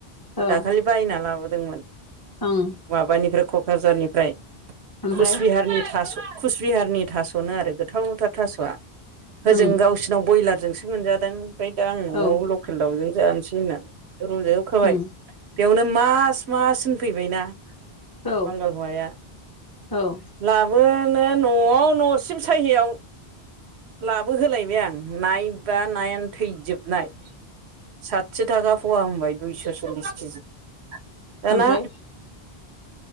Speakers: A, on the left; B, on the right.
A: औ
B: दाखालि बायना लाबोदोंमोन
A: ओं
B: माबानिफ्राय क'क्राझारनिफ्राय
A: ओमफ्राय
B: कुचबिहारनि थास' कुचबिहारनि थास'नो आरो गोथाव गोथाव थास'आ। होओजों
A: उम
B: गावसिनाव ब्रयलारजोंसो मोनजादों ओमफ्राय दा आं न'आव
A: औ
B: लकेल दावजों जानोसै होननानै रुजोबखाबाय
A: उम
B: बेयावनो मास मासन फैबायना
A: औ
B: बांगाल हौवाया।
A: औ
B: लाबोनो न'आव न'सिम सहियाव लाबोहोलायबाय आं। नायबा नायानो थैजोबनाय साथि थाखा फवा होनबाय दुइस' <inaudible> केजि दाना
A: ओमफ्राय